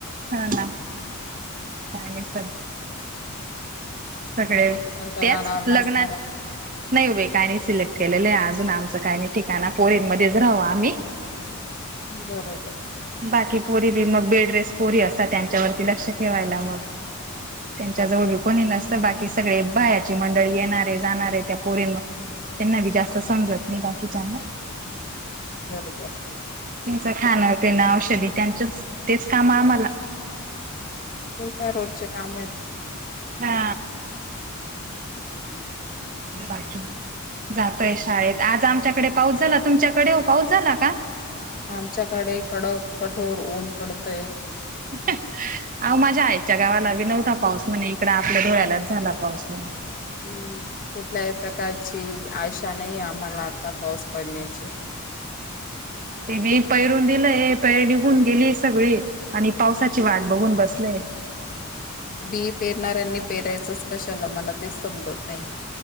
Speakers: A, on the right; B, on the left.
A: हा ह का स सगळे
B: ग तुम्ही कोणत्या
A: त्याच
B: गानावर
A: लग्नात
B: नाचणार आहे.
A: नाही उभे काही नाही सिलेक्ट केलेले आहे अजून आमचं काही नाही ठिकाण फोर इन मध्येच राहाव आम्ही
B: बरोबर
A: बाकी पोरी बी मग बेड रेस पोरी असतात त्यांच्यावरती लक्ष ठेवायला मग त्यांच्या
B: हो
A: जवळ कोणी नसतं बाकी सगळे बाहेरची मंडळी येणारे जाणारे त्या पोर त्यांना बी जास्त समजत नाही बाकीच्याना-
B: बरोबर
A: त्यांचं खाणं त्यांना औषधी त्यांच तेच काम आम्हाला
B: ते काय रोजचे काम आहेत.
A: हा
B: हम्म
A: बाकी जातोय शाळेत आज आमच्याकडे पाऊस झाला? तुमच्याकडे हो पाऊस झाला का?
B: आमच्याकडे कडक, कठोर ऊन पडतय.
A: अहो माझ्या आईच्या गावाला बी नव्हता पाऊस म्हणे इकड आपल्या धुळ्यालाच झाला पाऊस म्हण
B: हम् कुठल्याही प्रकारची आशा नाही आम्हाला आता पाऊस पडण्याची
A: ते मी पैरून दिलंय पैर निघून गेली सगळी आणि पावसाची वाट बघून बसलेय.
B: बी पेरणाऱ्यांनी पेरायचंच कशाला मला तेच समजत नाही.